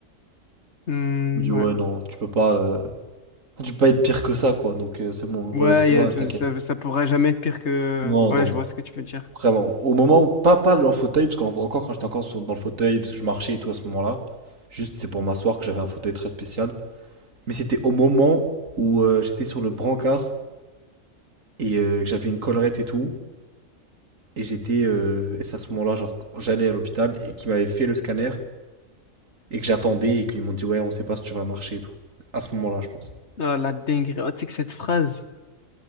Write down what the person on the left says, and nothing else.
Hmm,
ouais.
Ouais, y a- tu-
ça, ça pourra jamais être pire que.
Ouais,
je
vois ce que tu veux dire.
Ah, la dinguerie. Oh, tu sais que cette phrase.